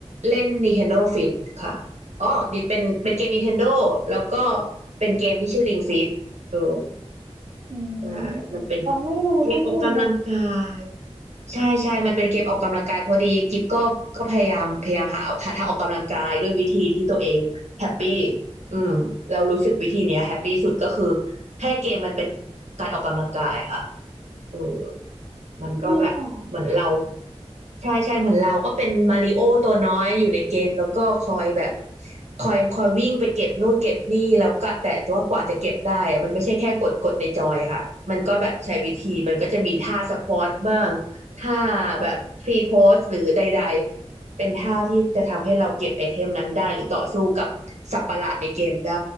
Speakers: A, on the right (about 75°); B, on the right (about 60°).
A: เล่น Nintendo Fit ค่ะอ๋อดีเป็นเป็นเกม Nintendo แล้วก็เป็นเกมที่ชื่อ Ring Fit เออ
B: อืม
A: ใช่มันเป็น
B: ยังไม่รู้เรื่องเพลงเลย
A: เกมออกกำลังกาย ใช่ใช่มันเป็นเกมออกกำลังกายพอดีกิฟก็ก็พยายามพยายามหาหาทางออกกำลังกายด้วยวิธีที่ตัวเองแฮปปี้อืมเรารู้สึกวิธีเนี้ยแฮปปี้สุดก็คือให้เกมมันเป็นการออกกำลังกายค่ะเออมมันก็แบบเหมือนเรา
B: <laughs> บิสเนส
A: ใช่ใช่เหมือนเราก็เป็นมาริโอตัวน้อยอยู่ในเกมแล้วก็คอยแบบคอยคอยวิ่งไปเก็บนู่นเก็บนี่แล้วก็แต่ว่ากว่าจะเก็บได้อะมันไม่ใช่แค่กดกดในจอยค่ะมันก็แบบใช้วิธีมันก็จะมีท่าสควอตบ้าง ท่าแบบพรีโพสหรือใดๆ เป็นท่าที่จะทำให้เราเก็บไอเทมนั้นได้หรือต่อสู้กับสัตว์ประหลาดในเกมได้